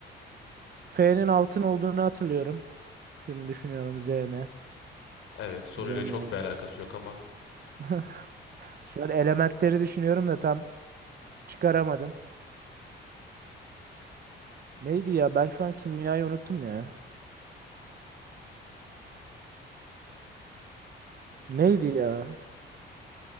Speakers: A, on the right; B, on the left.
A: F'nin
B: Z-
A: altın olduğunu hatırlıyorum. Şimdi düşünüyorum Z ne?
B: Evet soruyla
A: Z
B: çok
A: ne?
B: bir alakası yok ama
A: <laughs> Şöyle elementleri düşünüyorum da tam çıkaramadım. Neydi ya? Ben şu an kimyayı unuttum ya. Neydi ya?